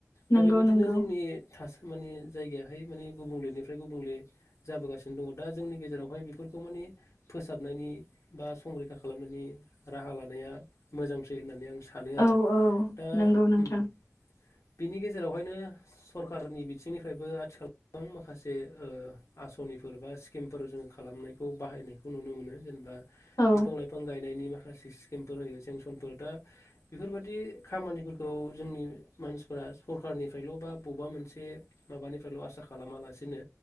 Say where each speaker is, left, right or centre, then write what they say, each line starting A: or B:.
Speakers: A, on the left (about 85°); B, on the left (about 65°).
A: नंगौ
B: दा बेबादिनो
A: नंगौ
B: जोंनि थास माने जायगायाहाय माने गुबुंलेनिफ्राय गुबुंले जाबोगासिनो दङ दा जोंनि गेजेरावहाय बेफोरखौ माने फोसाबनायनि बा संरैखा खालामनायनि राहा लानाया मोजांसै होननानै आं सानो
A: औ
B: आरो
A: औ
B: दा
A: नंगौ नोंथां
B: उम बिनि गेजेरावहायनो सरखारारनि बिथिंनिफ्रायबो आथिखाल गोबां माखासे आसनिफोर बा स्किमफोर जोंङो खालामनायखौ बाहायनायखौ नुनो मोनो जेनेबा
A: औ
B: बिफां लाइफां बिफां गायनायनि माखासे स्किमफोर होयो सेंसनफोर दा बेफोरबायदि खामानिफोरखौ खौ जोंनि मानसिफोरा सरखारारनिफ्रायल' बा बबेबा मोनसे- माबानिफ्रायल' आसा खालामालासिनो